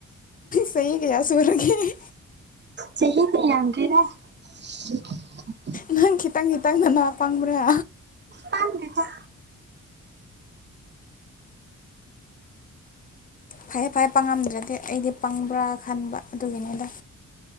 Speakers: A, on the left; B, on the right.
A: ꯀꯌꯥꯁꯨꯕꯔꯦ
B: ꯆꯍꯤꯗꯤ ꯌꯥꯝꯗ꯭ꯔꯤꯗ <inaudible>
A: ꯅꯪ ꯈꯤꯇꯪ ꯈꯤꯇꯪꯗ ꯅꯥ ꯄꯥꯡꯕ꯭ꯔꯥ
B: ꯈꯪꯗꯦꯗ
A: ꯐꯩꯌꯦꯦ ꯐꯩꯦ ꯄꯪꯉꯝꯗ꯭ꯔꯗꯤ ꯑꯩꯗꯤ ꯄꯪꯕ꯭ꯔꯥ ꯈꯟꯕ ꯑꯗꯨꯒꯤꯅꯤꯗ